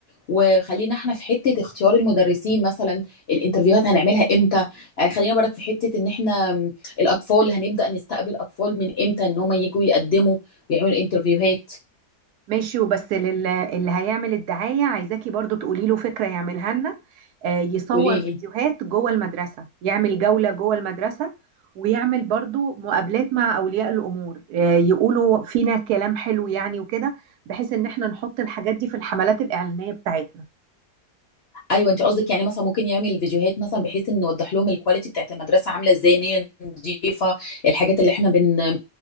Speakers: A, on the left; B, on the right.
A: وخلينا احنا في حتة اختيار المدرسين مثلا الانترفيوهات هنعملها امتى آه، خلينا برك في حتة ان احنا م، الأطفال هنبدأ نستقبل أطفال من امتى ان هم يجوا يقدموا ويعملوا انترفيوهات
B: ماشي وبس لل- اللي هيعمل الدعاية عايزاكي برضو تقولي له فكرة يعملها لنا آه، يصور
A: قوليلي
B: فيديوهات جوه المدرسة يعمل جولة جوه المدرسة ويعمل برضو مقابلات مع أولياء الأمور آه، يقولوا فينا كلام حلو يعني وكده بحيث إن احنا نحط الحاجات دي في الحملات الإعلانية بتاعتنا
A: ايوه انت قصدك يعني مثلا ممكن يعمل فيديوهات مثلا بحيث ان نوضح لهم الكواليتي بتاعت المدرسه عامله ازاي ان هي نظيفه الحاجات اللي احنا بن